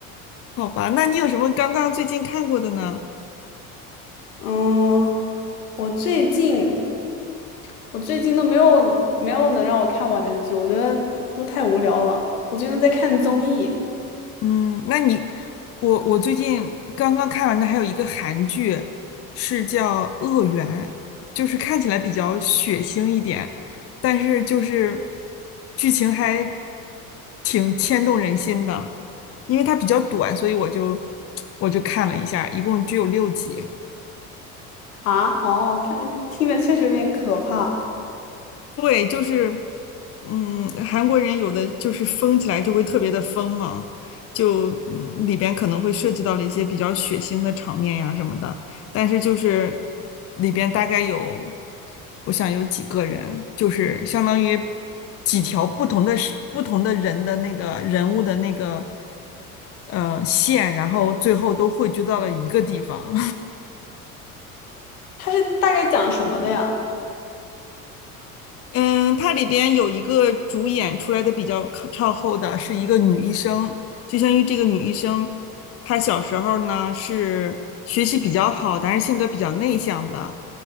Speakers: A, on the left; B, on the left.
A: 好吧，那你有什么刚刚最近看过的呢？
B: 嗯，我最近我最近都没有没有能让我看完的剧，我觉得都太无聊了。我最近都在看综艺
A: 嗯，那你，我我最近刚刚看完的还有一个韩剧，是叫《恶缘》，就是看起来比较血腥一点，但是就是剧情还挺牵动人心的，因为它比较短，所以我就 <tsk> 我就看了一下，一共只有六集。
B: 啊，哦，看听着确实有点可怕。
A: 对，就是，嗯，韩国人有的就是疯起来就会特别的疯嘛，就嗯里边可能会涉及到了一些比较血腥的场面呀什么的，但是就是里边大概有，我想有几个人，就是相当于几条不同的是不同的人的那个人物的那个呃线，然后最后都汇聚到了一个地方。
B: 它是大概讲什么的呀？
A: 嗯，它里边有一个主演出来的比较靠靠后的是一个女医生，就相当于这个女医生，她小时候呢是学习比较好，但是性格比较内向的，